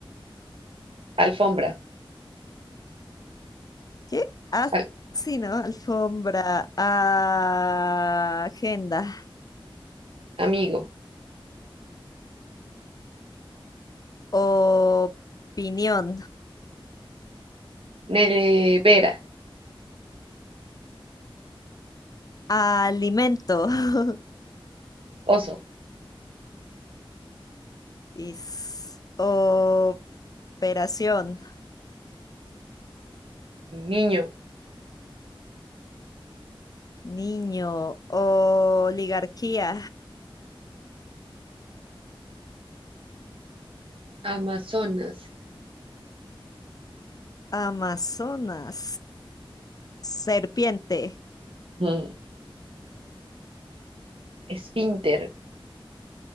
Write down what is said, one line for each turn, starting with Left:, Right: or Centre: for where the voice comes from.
Right: alfombra,
Left: ¿Qué? Ah,
Right: al-
Left: sí, ¿no? Alfombra. Ah, agenda.
Right: amigo,
Left: Opinión.
Right: nevera,
Left: Alimento. <laughs>
Right: oso,
Left: Is. Operación.
Right: niño,
Left: Niño. Oligarquía.
Right: amazonas,
Left: Amazonas. Serpiente.
Right: mm, esfínter,